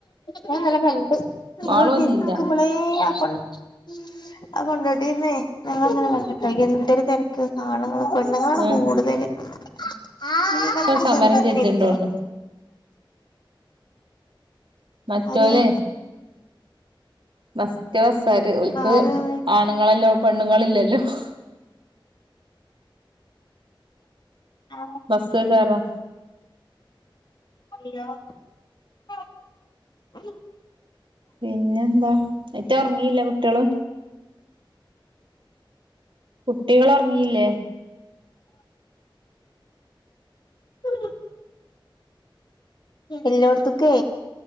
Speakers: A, on the left; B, on the right.
A: ഞാനിന്നലെ കണ്ടു <unintelligible>
B: ഓള് വന്നില്ല
A: അഹ് കൊണ്ടോട്ടീന്നേ ഞങ്ങളി ങ്ങനെകണ്ടു ട്ടോ എന്തൊരു തിരക്ക് കെ കാണുന്ന ആണുങ്ങളെ പെണ്ണുങ്ങളാണ്
B: ഏഹ്
A: കൂടുതലെ സ്ത്രീകൾക്ക്
B: ഇപ്പ സമരം
A: സൗകര്യം
B: ചെജ്ജണ്ടോണ്
A: ലഭിക്കണം
B: മറ്റോലെ
A: അര്യേ
B: മറ്റേ ബസാാര് ഒല്ക്ക്
A: ആരും
B: ആണുങ്ങളല്ലേ പെണ്ണുങ്ങളില്ലല്ലോ <unintelligible>
A: ആ
B: ബസ്സ്‌ കേറാ
A: അ <unintelligible>
B: പിന്നെന്താ ആയിറ്റ ഉറങ്ങിയില്ലേ കുട്ടികള് കുട്ടികളൊറങ്ങിയില്ലേ
A: ഉ <unintelligible> എല്ലോടത്തൊക്കേ